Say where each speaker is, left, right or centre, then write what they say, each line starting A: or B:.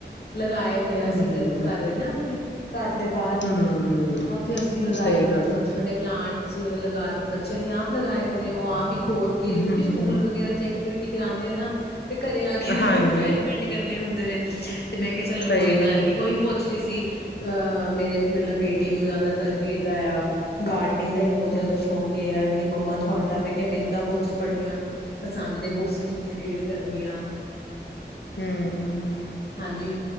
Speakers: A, on the left (about 65°); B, on the left (about 80°).
A: ਲਗਾਏ ਦੇ
B: ਹੂੰ,
A: ਆ ਅਸੀਂ ਘਰ ਕਰ ਰਹੇ ਨਾ ਆਪਣੇ ਘਰ ਦੇ ਬਾਹਰ।
B: ਹੂੰ
A: ਉੱਥੇ ਅਸੀਂ ਲਗਾਏ
B: ਸਹੀ
A: ਦੇ ਨੇ
B: ਗੱਲ
A: ਛੋਟੇ
B: ਐ।
A: ਛੋਟੇ ਪਲਾਂਟ। ਬੱਚੇ ਉਹ ਲਗਾ ਕੇ ਬੱਚਿਆਂ ਨੇ ਆਪ ਲਗਾਏ ਦੇ ਨੇ ਉਹ ਆਪ ਹੀ, ਖੋਦ ਕੇ
B: ਹੂੰ,
A: ਕਿਸ ਸਕੂਲ ਵਗੈਰਾ ਚ ਐਕਟੀਵਿਟੀ-ਥ ਕਰਾਂਉਂਦੇ ਆ ਨਾ, ਤੇ ਘਰੇ ਆ ਕੇ ਇਹਨਾਂ
B: ਹਾਂਜੀ
A: ਨੂੰ ਐਕਸਪੈਰੀਮੈਂਟ ਕਰਨੇ ਹੁੰਦੇ ਨੇ, <unintelligible> ਤੇ ਮੈਂ ਕਿਹਾ ਚਲੋ
B: ਸਹੀ
A: ਕੋਈ ਗੱਲ ਨੀ
B: ਐ
A: ਉਹੀ ਪੁੱਛ ਰਹੀ ਸੀ। ਅਹ ਮੇਰੇ ਮਤਲਬ ਬੇਟੀ ਨੂੰ ਜ਼ਿਆਦਾਤਰ ਵੀ ਏਦਾਂ ਆ ਗਾਰਡ, ਿਨਦ ਦਾ ਹੀ ਬਹੁਤ ਜ਼ਿਆਦਾ
B: ਹੂੰ,
A: ਸ਼ੌਕ ਆ। ਨੀ ਮੰਮਾ ਤੁਹਾਡਾ ਮੈਂ ਕਿਹਾ ਮਿੰਨ ਤਾਂ ਬੁੱਕਸ, ਪੜ੍ਹਨੀਆਂ ਪਸੰਦ ਹੈ ਬੁੱਕ, ਆਕਸੀਜਨ ਦੀ ਰੇੜ, ਕਰਨੀਆਂ,
B: ਹੂੰ।
A: ਹਾਂਜੀ।